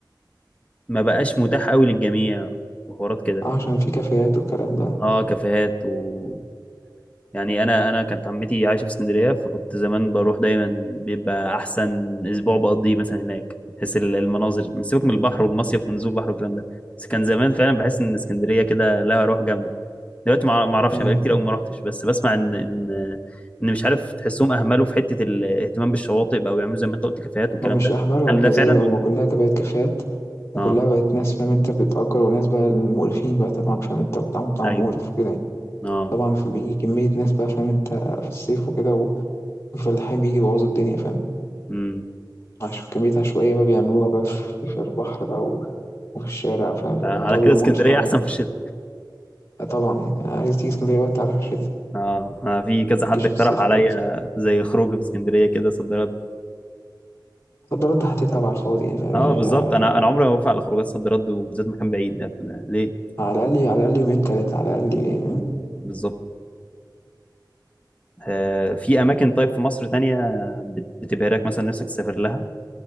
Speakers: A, on the left (about 15°); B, on the left (about 30°).
A: ما بقاش متاح قوي للجميع وحوارات كده
B: آه، عشان في كافيهات والكلام ده
A: اه كافيهات و... يعني انا انا كانت عمتي عايشه في اسكندريه فكنت زمان بروح دايما بيبقى احسن اسبوع بقضيه مثلا هناك بحيث ال- المناظر سيبك من البحر والمصيف ونزول البحر والكلام ده بس كان زمان فعلا بحس ان اسكندريه كده لها روح جامده دلوقتي ما ما اعرفش
B: أيوة
A: انا بقالي كتير قوي ما رحتش بس بسمع ان ان ان مش عارف تحسهم اهملوا في حته الاهتمام بالشواطئ بقى ويعملوا زي ما انت قلت كافيهات والكلام
B: هو مش
A: ده
B: أهمله
A: هل
B: هما
A: ده فعلا
B: زي ما هما
A: ولا
B: كلها بقت كافيهات وكلها
A: اه
B: بقت ناس فاهم انت بتأجر وناس بقى المقرفين بقى طبعا فاهم انت والتعامل بتاعهم
A: ايوه
B: مقرف وكده يعني.
A: اه
B: طبعا فبيجي كمية ناس بقى فاهم انت في الصيف وكده والفلاحين بيجي يبوظوا الدنيا فاهم
A: امم
B: عشان كمية عشوائية بقى بيعملوها بقى في في البحر بقى و- وفي الشارع فاهم فالموضوع
A: آه، على
B: بيبقى
A: كده اسكندريه
B: مقرف أوي
A: احسن
B: يعني.
A: في الشتاء
B: آه طبعا يعني عايز تيجي اسكندرية بقى تعرف الشتا
A: اه انا في كذا
B: متجيش
A: حد اقترح
B: في الصيف
A: عليا
B: خالص
A: زي خروج في اسكندريه كده صد رد
B: صد رد هتتعب على الفاضي يعني فاهم
A: اه
B: يعني
A: بالظبط
B: آه،
A: انا انا عمري ما بوافق على خروجات صد رد وبالذات مكان بعيد ده- ليه
B: على الأقل على الأقل يومين تلاتة على الأقل
A: مم، بالظبط آه في اماكن طيب في مصر تانية بت- بتبهرك مثلا نفسك تسافر لها